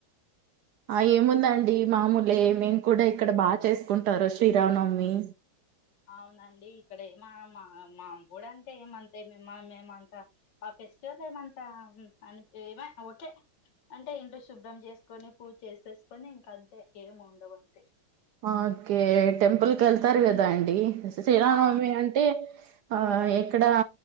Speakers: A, on the right; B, on the left.
A: ఆ ఏముందండి మామూలే మేము కూడా ఇక్కడ బాగా చేసుకుంటారు శ్రీరామనవమి
B: అవునండి ఇక్కడ ఏమ మా మా అంమడు అంటే ఏమంతే మమ్మ మేమంతా ఫెస్టివల్ ఏమంతా అనిపివా ఓకే అంటే ఇంట్లో శుభ్రం చేసుకొని పూజ చేసేసుకొని ఇంకంతే ఏమి ఉండవు అంతే
A: ఓకే టెంపుల్కి వెళ్తారు కదా అండి శ్రీరామనవమి
B: ఆ
A: అంటే ఆ ఇక్కడ